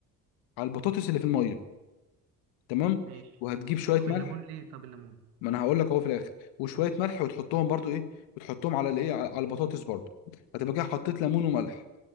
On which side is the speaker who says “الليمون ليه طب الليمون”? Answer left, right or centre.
Right